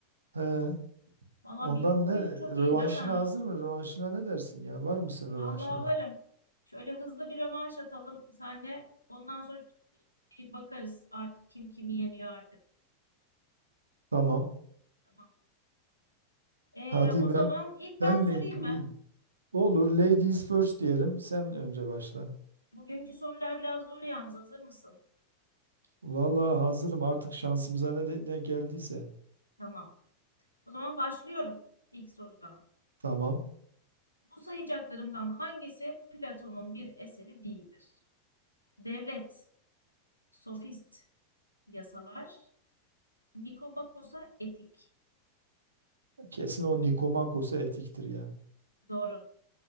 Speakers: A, on the right; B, on the left.
A: He,
B: Valla
A: ondan
B: bilgi oyunu
A: ne?
B: çok
A: Rövanşına
B: iyi değil mi?
A: hazır mı? Rövanşına ne dersin ya? Var mısın rövanşına?
B: Allah varım. Şöyle hızlı bir rövanş atalım senle. Ondan sonra bir bakarız artık kim kimi yeniyor artık.
A: Tamam.
B: Tamam. Ee,
A: Hadi
B: o zaman
A: ben.
B: ilk
A: Ben
B: ben
A: mi?
B: sorayım
A: İyi.
B: mı?
A: Olur. Ladies first diyelim. Sen önce başla.
B: Bugünkü sorular biraz zor yalnız. Hazır mısın?
A: Vallahi hazırım artık şansımıza ne, de, ne geldiyse.
B: Tamam. O zaman başlıyorum ilk sorudan.
A: Tamam.
B: Bu sayacaklarımdan hangisi Platon'un bir eseri değildir? Devlet, sofist, yasalar, Nikomakos'a etik.
A: Kesin o Nikomakos'a etiktir ya.
B: Doğru.